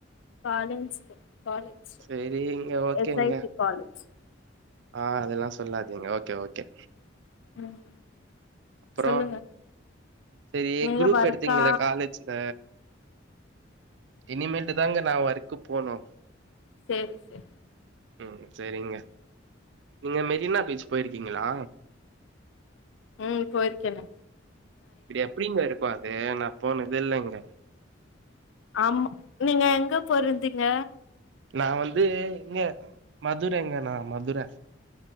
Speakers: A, on the left; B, on the right.
A: <unintelligible> காலேஜ்
B: சேரிங்க ஓகேங்க
A: எஸ் ஐ டி காலேஜ்.
B: ஆ அதெல்லா சொல்லாதீங்க ஓகே ஓகே.
A: ம்
B: அப்றோ
A: சொல்லுங்க
B: சரி
A: நீங்க
B: குரூப்
A: வர்க்கா
B: எடுத்தீங்கள காலேஜ்ல இனிமேல்ட்டுதாங்க நா ஒர்க்கு போனு
A: செரி ச
B: ம் சரிங்க நீங்க மெரினா பீச் போயிருக்கீங்களா
A: ம் போயிருக்கேன
B: ப்டி எப்டிங்க இருக்கு அது நா போனதே இல்லங்க
A: ஆமா நீங்க எங்க பொறந்தீங்க
B: நா வந்து இங்கே மதுரங்க நா மதுர